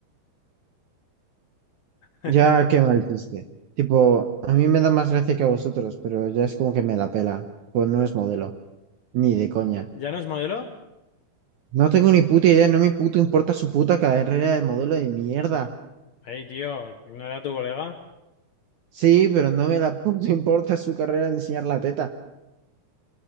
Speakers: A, on the left; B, on the right.
A: <laughs>
B: Ya qué mal chiste. Tipo, a mí me da más gracia que a vosotros, pero ya es como que me la pela. Pues no es modelo, ni
A: Mm,
B: de coña.
A: ¿Ya no es modelo?
B: No tengo ni puta idea, no me puto importa su puta carrera de modelo de mierda.
A: Ey, tío, ¿no era tu colega?
B: Sí, pero no me la <laughs> puto importa su carrera de enseñar la teta.